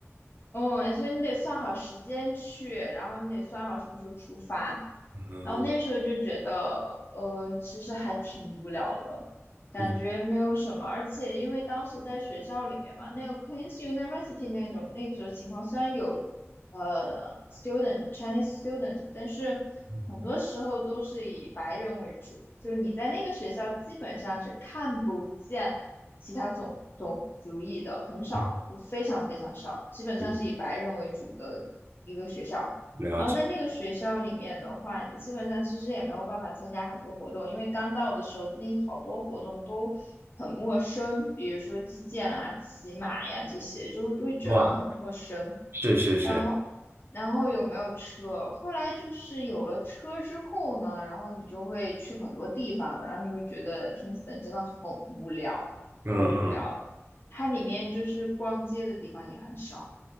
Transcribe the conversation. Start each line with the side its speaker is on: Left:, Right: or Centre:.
Left: 嗯，所以你得算好时间去，然后你得算好什么时候出发。
Right: 嗯
Left: 然后那时候就觉得，呃，其实还挺无聊的，感觉没有什么。
Right: 嗯
Left: 而且因为当时在学校里面嘛，那个 Queen's University 那种那个时候情况，虽然有呃 student Chinese student，但是很多时候都是以白人为主，
Right: 嗯
Left: 就你在那个学校基本上是看不见其他种种族裔的，很少，
Right: 嗯，
Left: 就非常非常少，基本上是以白人为主的一个学校。
Right: 嗯了解。
Left: 然后在那个学校里面的话，你基本上其实也没有办法参加很多活动，因为刚到的时候那好多活动都很陌生，比如说击剑啊、骑马呀这些，就就会觉得很陌生。
Right: 哇，是是是，
Left: 然后，然后有没有车？后来就是有了车之后呢，然后你就会去很多地方了，然后你会觉得 Kingston 真的很无聊，
Right: 嗯嗯
Left: 很无聊。它里面就是逛街的地方也很少，